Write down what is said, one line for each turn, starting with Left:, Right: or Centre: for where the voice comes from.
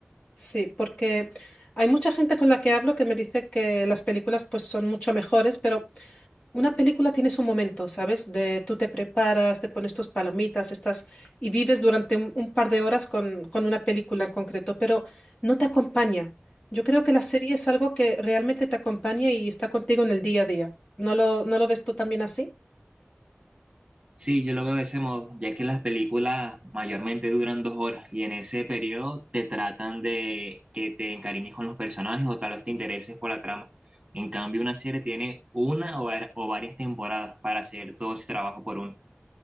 Left: Sí, porque hay mucha gente con la que hablo que me dice que las películas pues son mucho mejores, pero... Una película tiene su momento, ¿sabes? De tú te preparas, te pones tus palomitas, estás y vives durante un, un par de horas con, con una película en concreto, pero no te acompaña. Yo creo que la serie es algo que realmente te acompaña y está contigo en el día a día. ¿No lo, no lo ves tú también así?
Right: Sí, yo lo veo de ese modo, ya que las películas mayormente duran dos horas y en ese periodo te tratan de que te encariñes con los personajes o tal vez te intereses por la trama. En cambio, una serie tiene una o, var- o varias temporadas para hacer todo ese trabajo por uno.